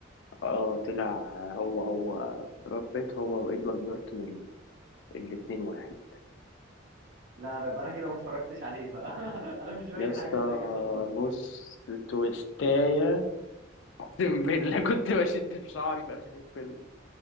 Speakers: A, on the left (about 65°); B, on the right (about 65°).
A: اه طلع هو هو براد بيت هو وادوارد نورتون ال- الاتنين واحد
B: لا لا يبقى انا كده ما اتفرجتش عليه بقى <laughs> انا مش فاكر
A: يا اسطى
B: حاجه زي كده خالص
A: بص تويستاية اقسم بالله كنت بشد في شعري في اخر الفيلم